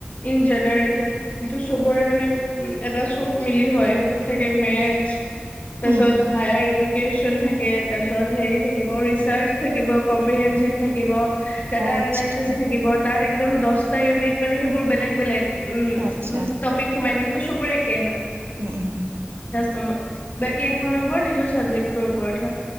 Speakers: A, on the left; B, on the right.
A: ইন জেনেৰেল সেইটো চবৰে মানে উম এটা চব গিলিও হয় সেইটোত থাকে মেথচ তাৰপিছত
B: উম,
A: হাইয়াৰ এডো কেচন থাকে তাৰপিছত হেৰি থাকিব ৰিচাৰ্চ থাকিব কম্প্ৰিহেনঞ্চিভ থাকিব। ডাটা
B: অ',
A: এনালাইচিচ
B: ৰিচাৰ্ছ।
A: থাকিব। তাত একদম দহটা ইউনিট মানে সেইবোৰ বেলেগ বেলেগ উম
B: আচ্ছা,
A: টপিক সোমাই থাকে সেইটো চবৰে একেই হয়
B: উম-উম-উম,
A: নম্ব বাকী এশ নম্বৰ নিজৰ চাবজেক্টটোৰ ওপৰত হয়।